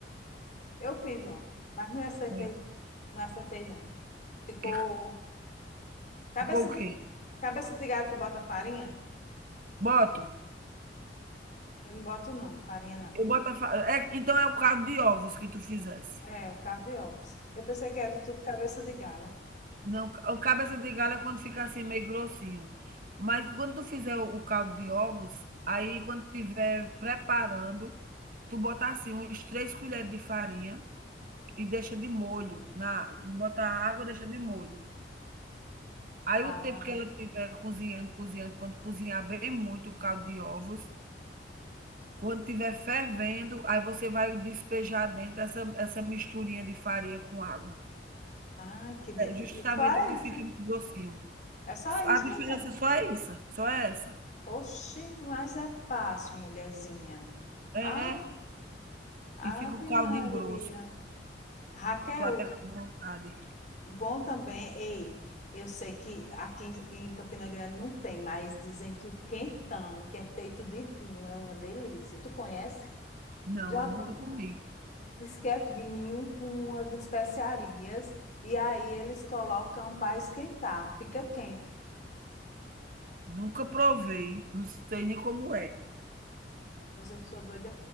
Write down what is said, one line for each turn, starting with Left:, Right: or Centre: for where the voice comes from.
Left: Eu fiz ontem, mas não acertei,
Right: É,
Left: não acertei não. Ficou
Right: que
Left: cabeça
Right: ficou o
Left: de
Right: quê?
Left: cabeça de galho, tu bota farinha?
Right: Boto?
Left: Eu não boto não, farinha não.
Right: Eu boto a fa é, então é o caldo de ovos que tu fizesse.
Left: É, o caldo de ovos. Eu pensei que era tudo cabeça de galo.
Right: Não, o cabeça de galho é quando fica assim meio grossinho. Mas quando tu fizer o o caldo de ovos, aí quando tiver preparando, tu bota assim uns três colheres de farinha e deixa de molho na bota a água, deixa de molho. Aí
Left: Ah,
Right: o tempo que ela estiver cozinhando, cozinhando, quando cozinhar bem muito o caldo de ovos, quando estiver fervendo, aí você vai despejar dentro essa essa misturinha de farinha com água.
Left: ai, que de...
Right: É justamente
Left: e e só é
Right: o que
Left: isso.
Right: fica grossinho.
Left: É só isso,
Right: A diferença
Left: mulher.
Right: só é isso, só é essa.
Left: Oxi, mas é fácil, mulherzinha.
Right: É,
Left: Ave,
Right: é, e
Left: Ave
Right: fica o caldinho
Left: Maria.
Right: grosso.
Left: Raquel,
Right: Tô até com vontade.
Left: Bom também, ei, eu sei que aqui em em Campina Grande não tem, mas dizem que o quentão, que é feito de vinho, é uma delícia. Tu conhece?
Right: Não,
Left: Já
Right: eu
Left: comi.
Right: nunca comi,
Left: lá. Diz que é vinho com umas especiarias e aí eles colocam para esquentar, fica quente.
Right: nunca provei, não sei nem como é.
Left: Pois eu sou doida